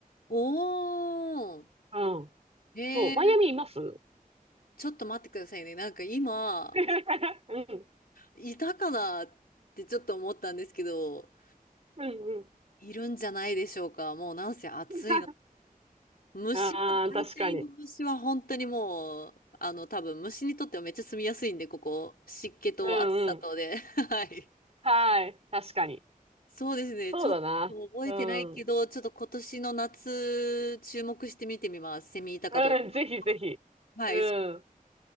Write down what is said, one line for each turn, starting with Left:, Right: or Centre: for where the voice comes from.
Left: おー。
Right: うんそう。
Left: へえ、
Right: マイアミいます
Left: ちょっと待ってくださいね。なんか今、
Right: <laughs> うん。
Left: いたかなってちょっと思ったんですけど、
Right: うんうん。
Left: いるんじゃないでしょうか。もうなんせ暑いの。
Right: <laughs>
Left: 虫は、
Right: ああ、
Left: 大体の虫は本当にもう、
Right: 確かに。
Left: あの、多分虫にとってはめっちゃ住みやすいんで、ここ。湿気と暑さとで。
Right: うんうん。
Left: <laughs> はい。
Right: はい。確かに。
Left: そうですね。
Right: そうだな。
Left: ちょっと覚えてないけど、
Right: うん。
Left: ちょっと今年の夏、注目して見てみます。セミいたかどうか。
Right: うん、ぜひぜひ。
Left: はい。
Right: うん。